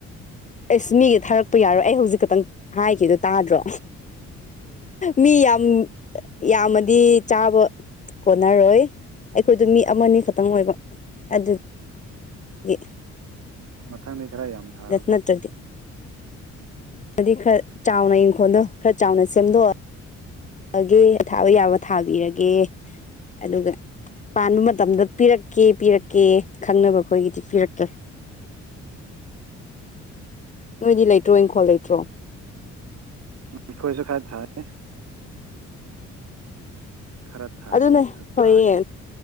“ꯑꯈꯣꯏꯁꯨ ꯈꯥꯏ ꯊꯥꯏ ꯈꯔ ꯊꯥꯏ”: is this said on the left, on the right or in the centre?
Right